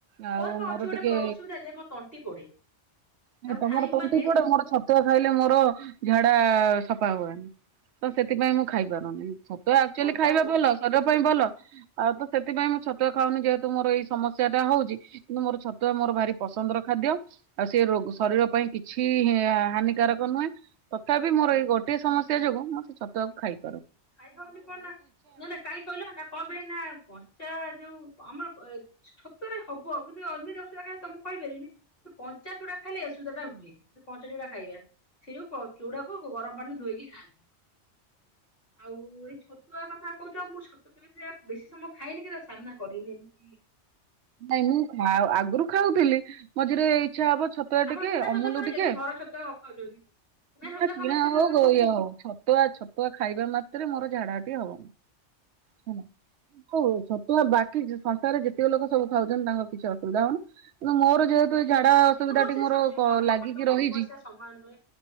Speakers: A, on the right; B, on the left.
A: ଆଉ
B: ପା
A: ମୋର
B: ଅଛି ଗୋଟେ
A: ଟିକେ
B: ପ୍ର- ଅସୁବିଧା ଯେ ମୋ ତଣ୍ଟି ପୋଡେ
A: ମାନେ
B: ତାକୁ
A: ତମର
B: ଖାଇବି
A: ତଣ୍ଟି
B: ମାନେ
A: ପୋଡେ ମୋର ଛତୁଆ ଖାଇଲେ ମୋର ଝାଡା ସଫା ହୁଏନି ତ ସେଥିପାଇଁ ମୁଁ ଖାଇପାରୁନି ଛତୁଆ ଆକ୍ଚୁଲି
B: କଞ୍ଚା
A: ଖାଇବା ଭଲ ଶରୀର ପାଇଁ ଭଲ। ଆଉ ତ ସେତିପାଇଁ ମୁଁ ଛତୁଆ ଖାଉନି ଯେହେତୁ ମୋର ଏଇ ସମସ୍ୟା ଟା ହଉଚି କିନ୍ତୁ ମୋର ଛତୁଆ ମୋର ଭାରି ପସ ନ୍ଦର ଖାଦ୍ୟ ଆଉ ସେ ରୋଗ ଶରୀର ପାଇଁ କିଛି ହେଁ ହାନିିକାରକ ନୁହେଁ ତଥାପି ମୋର ଏଇ ଗୋଟିଏ ସମସ୍ୟା ଯୋଗୁଁ ମୁଁ ସେଇ ଛତୁଆକୁ ଖାଇ
B: ଖାଇ ହବନି କଣ ନା ନା ନା କାଇଁକି କଇଲ ନା କପାଇଁ ନା କଞ୍ଚା ଯୋଉ ପ ଆମର ପ ଏ ଛ-ଛତୁଆ ରେ ହବ କିନ୍ତୁ ଅ ଏମିତି ଅସୁବିଧା କାଇଁ ତମକୁ କହିପାରିବିନି କିନ୍ତୁ କଞ୍ଚା ଚୁଡା ଖାଇଲେ ଏ ସ ଅସୁବିଧା ଟା ହୁଏ ତ କଞ୍ଚା ଚୁଡା ଖାଇବା ସେଇଯୋଉ ଚୁଡାକୁ ଗରମ ପାଣିରେ ଧୋଇକି ଖାଆନ୍ତି।
A: <inaudible>
B: ଆଉ ଏଇ ଛତୁଆ କଥା କହୁଚ ମୁଁ ସୁ ତ କେବେ ସେୟା ବେଶୀ ସମୟ ଖାଏନି କି ତା ସାମ୍ନା କରିନି ଏମିତି
A: ନାଇଁ ମୁଁ ଖା ଆଗରୁ ଖାଉଥୁଲି ମଝିରେ ଏଇ ଇଛା ହବ ଛତୁଆ
B: ଆମର
A: ଟିକେ
B: କିଣା
A: ଅମୁଲ
B: ଛତୁଆ ଖାଉନା
A: ଟିକେ
B: ଯଦି ଘର ଛତୁଆ ନ ଖାଉଛନ୍ତି
A: ବା
B: ଛତୁଆ
A: କିଣା
B: ଖାଉନା ସେ ଛତୁଆ
A: ହଉ ଗୋ
B: ସୁଧା।
A: ଇଏ ହଉ ଛତୁଆ ଛତୁଆ ଖାଇବା ମାତ୍ରେ ମୋର ଝାଡା ପି ହେବ। ହୁଁ, ହୋଉ ଛତୁଆ ବାକି ସଂସାରେ ଯେତିକ ଲୋକ ସବୁ ଖାଉଛନ୍ତି ତାଙ୍କର କିଛି ଅସୁବିଧା ହଉନି। କିନ୍ତୁ ମୋର ଯେହେତୁ ଝାଡା ଅସୁବିଧା
B: ହଁ
A: ଟି
B: ସେ
A: ମୋର
B: ସମ- ସେ ସମସ୍ତଙ୍କ
A: ଲାଗିକି ରହିଛି।
B: ସମସ୍ୟା ସମାନ ନୁହେଁ